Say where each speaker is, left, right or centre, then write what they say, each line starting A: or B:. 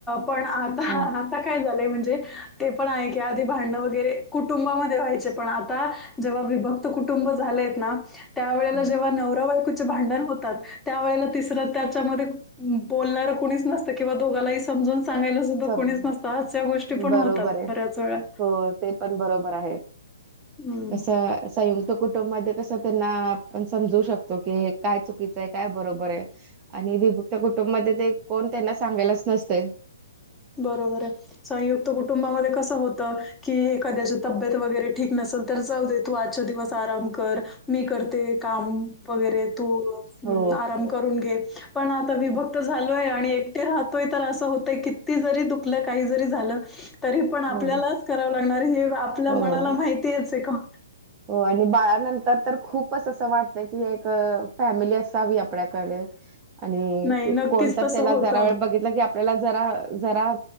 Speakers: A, in the centre; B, on the right.
A: पण आता
B: हं
A: आता काय झालंय म्हणजे ते पण आहे की आधी भांडणं वगैरे कुटुंबामध्ये व्हायचे पण आता जेव्हा विीभक्त कु कुटुंब झालंय आहेत ना त्यावेेळेला
B: हं
A: जेव्हा नवरा बायकूचे भांडण होतात त्यावेेळेला तिसर त्याच्यामध्ये बोलणार क कोणीच नतं किंवा दोघालाही समजून सांगायच
B: सगळं
A: कोणीच नसता अशा गोष्टी पण
B: बरोबर
A: होतात
B: आहे.
A: बऱ्याच वेळ
B: हो ते पण बरोबर आहे
A: हं.
B: कस अस ये तो कुटुंब मध्ये कसं त्यांना आपण समजू शकतो की काय चुकीचंय काय बरोबर आहे आणि भभूकच्या कुटुंबमध्ये ते कोण त्यांना सांगायलाच नसते
A: बरोबर आहे संयुक्त कुटुंबामध्ये कसं होतं कीखद्याची तब्येत वगैरे ठीक नसेल तर जाऊ दे तू आजच्या दिवस आराम कर मी करते काम वगैरे तू हम्
B: हो
A: आराम करून घे पण आता विभक्त झालोय आणि एकटे राहतोय तर असं होतय की त जरी दुखलं काही जरी झालं तरी पण आपल्यालाच
B: हो
A: करावं लागणार हे आपल्या
B: हो
A: मनाला माहिती तेचेे का
B: हो आणि बाळनंतर तर खूपच असं वाटत की एक फॅमिली असावी आपल्याकडे आणि
A: नाही, नक्कीच
B: कोणत
A: तसं
B: त्याला
A: होतं.
B: जरा वेळ बघित की आप आपल्याला जरा जरा